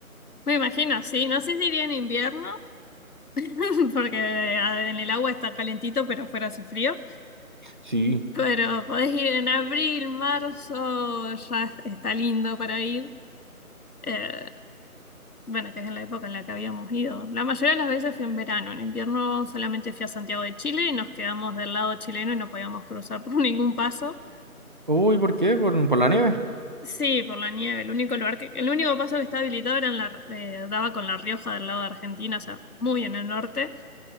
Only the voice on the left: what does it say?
Me imagino, sí. No sé si iría en invierno, <laughs> porque ah, en el agua está calentito, pero fuera hace frío.
Pero podés ir en abril, marzo, ya es- está lindo para ir. Eh, bueno, que es en la época en la que habíamos ido. La mayoría de las veces fui en verano, en invierno solamente fui a Santiago de Chile y nos quedamos del lado chileno y no podíamos cruzar por <laughs> ningún paso.
Sí, por la nieve. El único lugar que, el único paso que estaba habilitado era en la, eh, daba con La Rioja del lado de Argentina, o sea, muy en el norte.